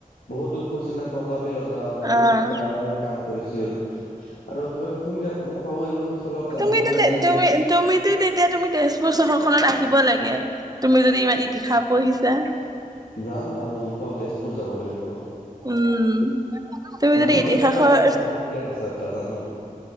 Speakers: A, on the left; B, on the right.
A: বহুতো কৈছিলে প্ৰতাপী ৰজা বহুতো
B: অ
A: ডাঙৰ-ডাঙৰ কাম কৰিছিল আৰু কিবা শুনি থাকো, মই ভাবো এইবোৰ অলপ জানিব
B: তুমিতো
A: মন যায়
B: তুমি
A: ন।
B: তুমিতো তেতিয়া তুমি তেজপুৰ চহৰখননত আহিব লাগে তুমি যদি ইমান ইতিহাহ পঢ়িছা।
A: <unintelligible> যাম-যাম গম পাওঁ তেজপুৰ যাব লাগিব।
B: উম, তুমি
A: জানো
B: যদি ইতিহাসৰ
A: তাতো এটা বহুত ডাঙৰ ইতিহাস আছে এটা জানো